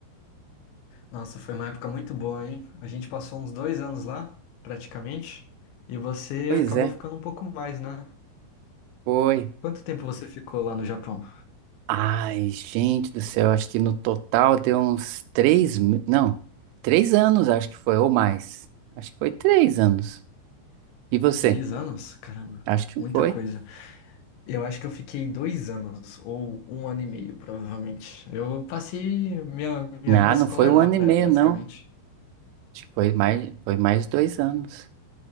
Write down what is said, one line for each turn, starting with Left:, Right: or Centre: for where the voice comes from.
Left: Nossa, foi uma época muito boa, hein? A gente passou uns dois anos lá, praticamente, e você
Right: Pois
Left: acabou
Right: é,
Left: ficando um pouco mais, né?
Right: foi.
Left: Quanto tempo você ficou lá no Japão?
Right: Ai, gente do céu, acho que no total deu uns três, mi- não, três anos, acho que foi, ou mais. Acho que foi três anos. E você?
Left: Três anos? Caramba,
Right: Acho que
Left: muita
Right: foi.
Left: coisa. Eu acho que eu fiquei dois anos, ou um ano e meio, provavelmente. Eu passei minha, minha
Right: Não,
Left: vida escolar
Right: não foi um
Left: lá,
Right: ano
Left: pra,
Right: e meio,
Left: basicamente.
Right: não. Acho que foi mais, foi mais dois anos.